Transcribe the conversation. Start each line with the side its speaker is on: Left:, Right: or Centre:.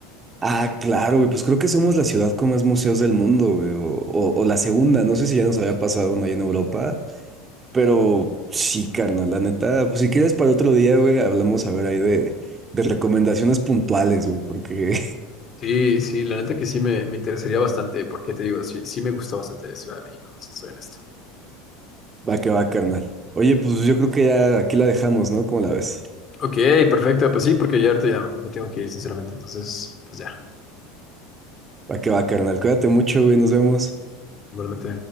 Right: ah, claro, güey, pues creo que somos la ciudad con más museos del mundo, güey. O, o, o la segunda, no sé si ya nos había pasado una ahí en Europa. Pero sí, carnal, la neta, pues si quieres para otro día, güey, hablamos a ver ahí de, de recomendaciones puntuales, güey, porque
Left: Sí, sí, la neta que sí me, me interesaría bastante, porque te digo, sí, sí me gustó bastante Ciudad de México, si soy honesto.
Right: <laughs> va que va, carnal. Oye, pues yo creo que ya aquí la dejamos, ¿no? ¿Cómo la ves?
Left: Ok, perfecto, pues sí, porque ya ahorita ya me tengo que ir, sinceramente. Entonces, pues ya,
Right: Va que va, carnal. Cuídate mucho, güey, nos vemos.
Left: igualmente.